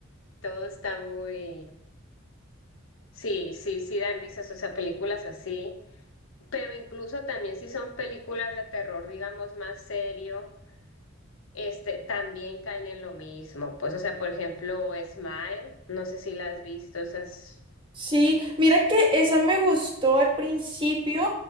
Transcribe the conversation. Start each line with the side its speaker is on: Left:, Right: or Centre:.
Left: todo está muy... Sí, sí, sí dan risas, o sea, películas así, pero incluso también si son películas de terror, digamos, más serio, este, también caen en lo mismo. Pues, o sea, por ejemplo, Smile, no sé si la has visto, esas...
Right: Sí, mira que esa me gustó al principio.